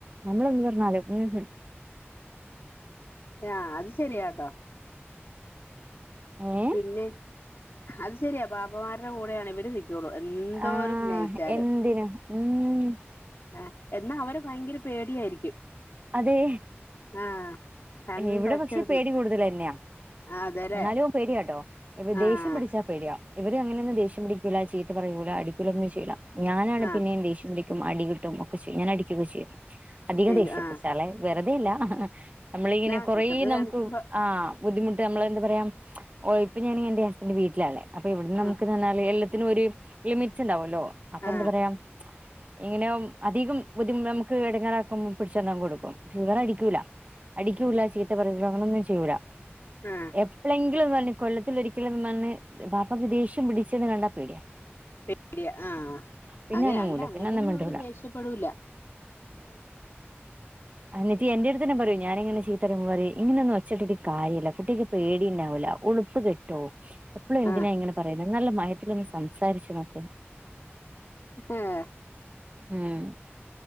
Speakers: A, on the right; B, on the left.
A: നമ്മള് എന്ത്‌ പറഞ്ഞാലും ഉം ഉം
B: ആഹ് അത് ശെരിയാട്ടോ
A: ഏഹ്
B: പിന്നെ അത് ശരിയാ ബാപ്പമാരുടെ കൂടെയാണ് ഇവര് നിക്കുള്ളൂ എന്തോരം
A: ആഹ്
B: സ്നേഹിച്ചാല്
A: എന്തിനും ഉം
B: ആഹ് എന്നാ അവരെ ഭയങ്കര പേടിയായിരിക്കും
A: അതെ
B: ആഹ് രണ്ടൊച്ചയിടുന്ന്
A: ഇവിടെ പക്ഷെ പേടി കൂടുതലന്നെയാ
B: അതെല്ലേ
A: എന്നാലും പേടിയാട്ടോ
B: ആഹ്
A: ദേഷ്യം പിടിച്ചാ പേടിയാ ഇവർ അങ്ങനന്നും ദേഷ്യം പിടിക്കൂല്ല ചീത്ത പറയൂല അടിക്കൂല ഒന്നും ചെയ്ല ഞാനാണ്
B: ആഹ്
A: പിന്നെയും ദേഷ്യം പിടിക്കും അടി ടോമെക്കെ ചെയ് ഞാൻ അടിക്കൊക്കെ ചെയ്യും
B: <inaudible>
A: അധികം ദേഷ്യ
B: ആഹ്
A: പിച്ചാലെ വെറുതെല്ല നമ്മളിങ്ങനെ
B: ആഹ്
A: കൊറേ
B: കുസൃതി
A: നമുക്ക്
B: കാണിക്കുമ്പോ
A: ആഹ് ബുദ്ധിമുട്ട് നമ്മൾ എന്താ പറയാ ഇപ്പ ഞാനൻ എന്റെ ഹസ്ബൻഡിന്റെ വീട്ടിലാല്ലെ അപ്പൊ ഇവിട്ന്ന് നമക്ക്
B: ആഹ്
A: പറഞ്ഞാൽ എല്ലാത്തിനും ഒരു ലിമിറ്റ്ണ്ടാവുല്ലോ അപ്പൊ എന്താറയാ
B: ആഹ്
A: ഇങ്ങനെ അധികം ബുദ്ധിമു നമക്ക് എടങ്ങേറാക്കുമ്പോ പിടിച്ചൊന്ന് അങ്ങ് കോടുക്കും ഇവറെ അടിക്കൂല അടിക്കൂല്ല ചീത്ത പറയുല്ല അങ്ങനൊന്നും ചെയ്യൂല
B: ആഹ്
A: എപ്പേളെങ്കിലും ന്നറഞ് കൊല്ലത്തിലൊരിക്കൽ നിന്നാണ്ട് വാപ്പക്ക് ദേഷ്യം പിടിച്ണ് കണ്ടാ പേടിയാ
B: <unintelligible> പേടിയ ആഹ്
A: പിന്നെ
B: അങ്ങനെ
A: അനങ്ങൂല
B: അല്ല അങ്ങനെയൊന്നും
A: പിന്നെ ഒന്നും മിണ്ടൂല
B: അവര് ദേഷ്യപ്പെടൂല്ല
A: അനക്ക് എന്റെട് ഇതന്നെ പറയും ഞാനിങ്ങനെ ചീത്ത പറയുമ്പോറയും ഇങ്ങനൊന്നും ഒച്ചിട്ട് കാര്യല്ല കുട്ടക്ക് പേടിണ്ടാവൂല്ല ഉളുപ്പ് കിട്ടി ട്ടോ എപ്പളും എന്തിനാ
B: ആഹ്
A: ഇങ്ങനെ പറയുന്നെ നല്ല മയത്തിലൊന്ന് സംസാരിച്ചു നോക്കു
B: ഏഹ്
A: ഉം